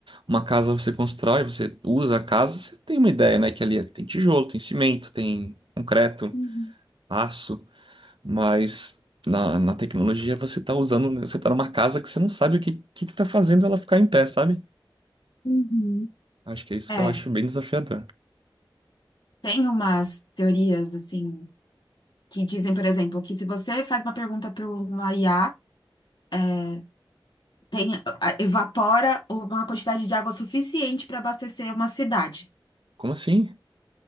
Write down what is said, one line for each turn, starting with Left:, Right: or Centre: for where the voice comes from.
Right: Uma casa você constrói, você usa a casa, você tem uma ideia, né? Que ali é, tem tijolo, tem cimento, tem concreto,
Left: Uhum.
Right: aço, mas na, na tecnologia você tá usando, né, você tá numa casa que você não sabe o que, que que tá fazendo ela ficar em pé, sabe?
Left: Uhum.
Right: Acho que é isso
Left: É,
Right: que eu acho bem desafiador.
Left: tem umas teorias, assim, que dizem, por exemplo, que se você faz uma pergunta para uma IA, é, tem, a- evapora uma quantidade de água suficiente para abastecer uma cidade.
Right: Como assim?